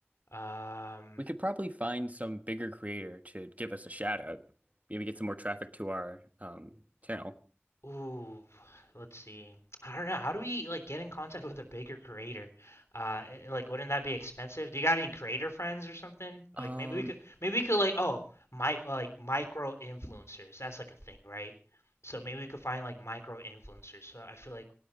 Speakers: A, on the left; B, on the right.
A: Um,
B: We could probably find some bigger creator to give us a shout out. Maybe get some more traffic to our um, channel.
A: ooh, let's see. I don't know. How do we like get in contact <laughs> with a bigger creator? Uh, eh, like, wouldn't that be expensive? Do you got any creator friends or something?
B: Um,
A: Like, maybe we could, maybe we could like, oh, my like micro influencers. That's like a thing, right? So maybe we could find like micro influencers. So I feel like